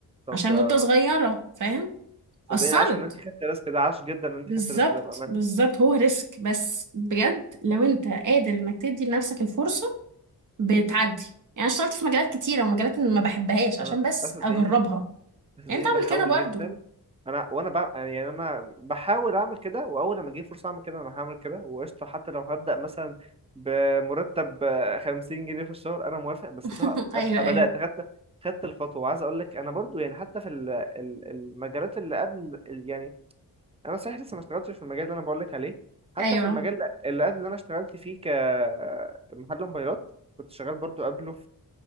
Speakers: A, on the right (about 15°); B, on the right (about 55°).
A: طب
B: عشان
A: ده
B: مدة صغيرة فاهم
A: صدقيني
B: أثرت
A: عاش ان انت خدت الريسك ده عاش جدا ان انت
B: بالظبط
A: خدت الريسك ده بامانه
B: بالظبط هو ريسك بس بجد لو انت قادر انك تدي لنفسك الفرصة بتعدي يعني أنا اشتغلت في مجالات كتيرة ومجالات ما بحبهاش
A: انا
B: عشان بس
A: أنا صدقيني
B: اجربها
A: صدقيني
B: يعني انت اعمل
A: بحاول
B: كده
A: جدا
B: برضو
A: انا وانا بع... يعني انا بحاول اعمل كده واول لما اجيب فرصه اعمل كده انا هعمل كده وقشطه حتى لو هبدا مثلا بمرتب 50 جنيه في الشهر انا موافق بس
B: <laughs>
A: ده
B: ايوه
A: ابقى
B: ايوه
A: بدات خدت خدت الخطوه وعايز اقول لك انا برضو يعني حتى في ال- ال- المجالات اللي قبل يعني انا صحيح لسه ما اشتغلتش في المجال اللي انا بقول لك عليه حتى
B: ايوه
A: في المجال اللي قبل اللي انا اشتغلت فيه كمحل موبايلات كنت شغال برضو قبله